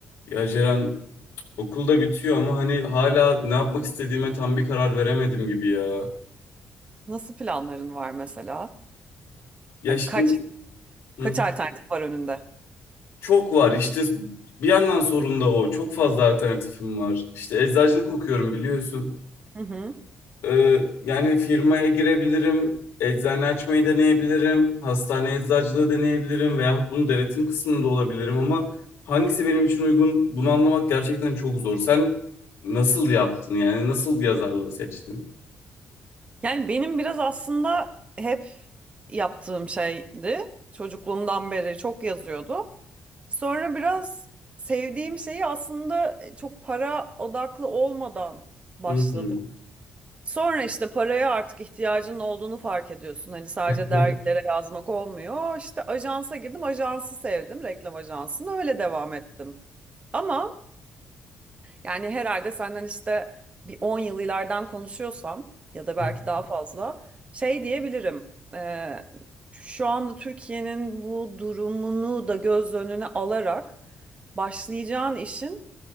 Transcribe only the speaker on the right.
Nasıl planların var mesela?
Hani
kaç
kaç
alternatif var önünde?
Hı hı.
Yani benim biraz aslında hep yaptığım şeydi. Çocukluğumdan beri çok yazıyordum. Sonra biraz sevdiğim şeyi aslında e, çok para odaklı olmadan başladım.
Sonra işte paraya artık ihtiyacının olduğunu fark ediyorsun. Hani sadece
dergilere yazmak olmuyor. İşte ajansa girdim, ajansı sevdim, reklam ajansını öyle devam ettim. Ama Yani herhalde senden işte bir 10 yıl ileriden konuşuyorsam ya da belki
daha fazla şey diyebilirim. Ee, şu anda Türkiye'nin bu durumunu da göz önüne alarak başlayacağın işin